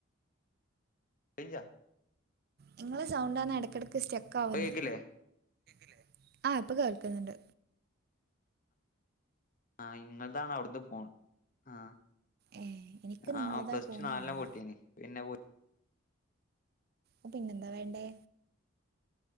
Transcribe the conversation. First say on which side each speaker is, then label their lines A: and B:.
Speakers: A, on the left; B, on the right.
A: റേയ് ഞ്ച
B: നിങ്ങളെ സൗണ്ടാണ് ഇടയ്ക്കിടക്ക് സ്റ്റക്ക് ആവുന്നു.
A: ഇപ്പൊ കേക്കില്ലേ
B: ഇപ്പോള് ആഹ് ഇപ്പൊ കേൾക്കുന്നുണ്ട്.
A: ആഹ് ഇങ്ങതാണ് അവിടുന്ന് പോണ്. ആഹ്
B: ഏ എനിക്ക് നിങ്ങളതാ
A: ആഹ് പ്ലസ്
B: പോകുന്ന
A: ടു നാലെണ്ണം
B: കാണുന്നു
A: പൊട്ടിയിനി പിന്നെ പോ
B: അപ്പോ പിന്നെന്താ വേണ്ടേ.